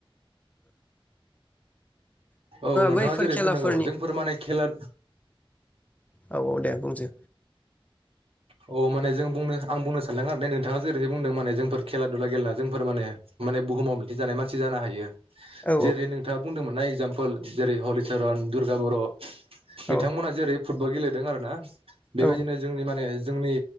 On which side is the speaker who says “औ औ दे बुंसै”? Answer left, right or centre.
Left